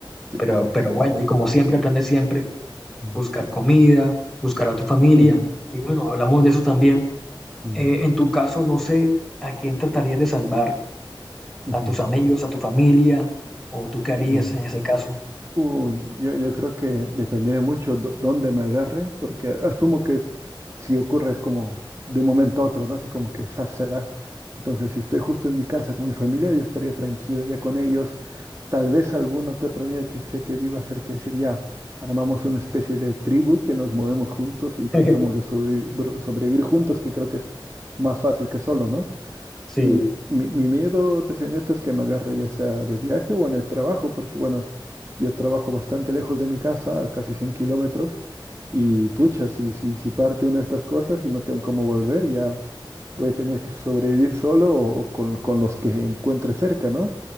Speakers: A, on the right (about 35°); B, in the centre.
A: Sí.
B: Pero, pero bueno, y como siempre, el plan de siempre,
A: Mm,
B: buscar comida, buscar a tu familia.
A: ujú,
B: Y bueno, hablamos de eso también.
A: mm,
B: Eh, en tu caso, no sé a quién tratarías de salvar,
A: ujú,
B: a tus amigos, a tu familia, o tú qué harías
A: mm.
B: en ese caso.
A: Uy, yo, yo creo que dependeré mucho dó- dónde me agarre, porque asumo que si ocurre es como de un momento a otro, ¿no? Así como que esa se da. Entonces, si estoy justo en mi casa con mi familia, yo estaría tranquilo ya con ellos. Tal vez alguno que otro amigo que sé que viva cerca, decir, ya, armamos una especie de tribu que nos movemos juntos y tratamos
B: <laughs>
A: de sobrevi- br- sobrevivir juntos, que creo que es más fácil que solo, ¿no?
B: Sí,
A: Mi, mi, mi miedo, te soy honesto, es que me agarre ya sea de viaje o en el trabajo, porque bueno, yo trabajo bastante lejos de mi casa, a casi 100 kilómetros, y pucha, si, si, si parte una de estas cosas y no tengo cómo volver, ya voy a tener que sobrevivir solo o, o con, con los que encuentre cerca, ¿no?